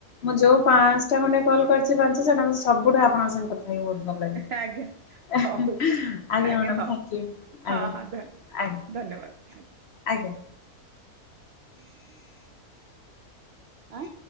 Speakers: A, on the left; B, on the right.
A: ମୁଁ ଯୋଉ ପାଞ୍ଚଟା ଖଣ୍ଡେ କଲ୍ କରିଛି ପାଞ୍ଚ ସେଇଟା ମତେ ସବୁଠୁ ଆପଣଙ୍କ ସଙ୍ଗେ କଥା ହେଇ ବହୁତ ଭଲ ଲାଗିଲା।
B: ଆଜ୍ଞା
A: ଆଜ୍ଞା
B: ହଉ ଆଜ୍ଞା
A: ମ୍ୟାଡ଼ାମ
B: ହଉ
A: ଥ୍ୟାଙ୍କୟୁ
B: ହଁ
A: ଆଜ୍ଞା
B: ହଁ ଧ
A: ଆଜ୍ଞା
B: ଧନ୍ୟବାଦ ଆଜ୍ଞା।
A: ଆଜ୍ଞା।
B: ହୁଁ। ଆଁ?